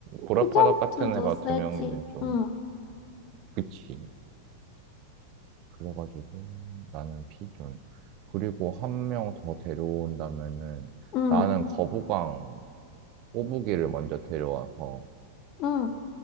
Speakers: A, on the right; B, on the left.
A: 고라파덕
B: 피전투도
A: 같은 애가
B: 세지.
A: 두 명이면 좀
B: 응.
A: 그치. 그래가지고 나는 피존. 그리고 한 명 더 데려온다면은
B: 응,
A: 나는 거북왕 꼬부기를 먼저 데려와서
B: 응.